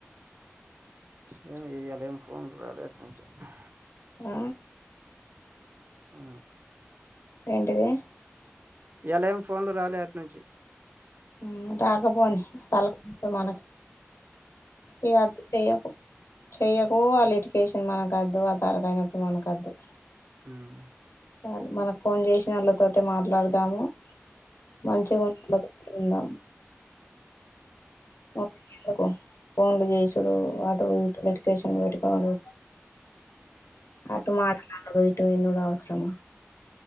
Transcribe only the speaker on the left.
ఆ
ఏంటిది?
ఉమ్ రాకపోని తలకాయ్ నొప్పి మనకే ఇగ <unintelligible> చెయ్యకు చెయ్యకూ ఆ లిటికేషన్ మనకద్దు ఆ తలకాయ్ నొప్పి మనకద్దు.
సాలు మనకు ఫోన్ చేసిన ఆళ్ళతోటె మాట్లాడదాము మంచిగా ఉందాము ఉందాం వాళ్ళని పిల్వకు <inaudible> ఫోన్లు జేసుడు అటు ఇటు లిటిగేషన్ పెట్టుకునుడు అటు మాట్లాడడు ఇటు వినుడు అవసరమా?